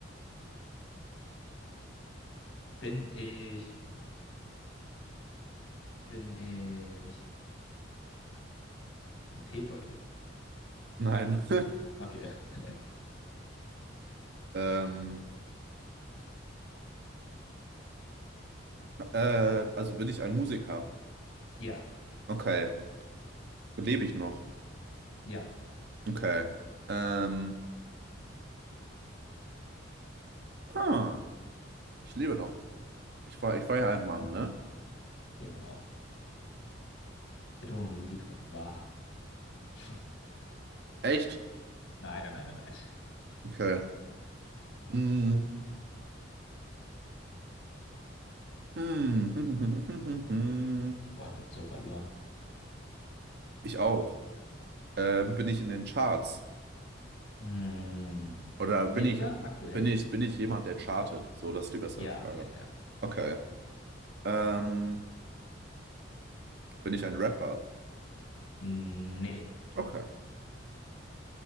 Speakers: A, on the left (about 85°); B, on the right (about 60°).
A: Bin ich, bin ich ein Teebeutel?
B: Nein.
A: Okay. <laughs>
B: <laughs> Ähm, Äh, also bin ich ein Musiker.
A: Ja,
B: Okay. Lebe ich noch?
A: ja.
B: Okay. Ähm, huh. Ich lebe noch. Ich war, ich war ja ein
A: Mhm,
B: Mann, ne?
A: bin- Genau. Betonung liegt auf wahr. <laughs>
B: Echt?
A: Nein, nein, nein, nein, nein.
B: Okay. Hm. Hm.
A: Boah,
B: <laughs>
A: ich bin so verloren.
B: Ich auch. Ähm, bin ich in den Charts?
A: Hm,
B: Oder bin
A: jetzt?
B: ich,
A: Aktuell?
B: bin ich, bin ich jemand, der chartet? So, das ist die bessere
A: Ja,
B: Frage.
A: ja, ja.
B: Okay. Ähm, bin ich ein Rapper?
A: Nee.
B: Okay.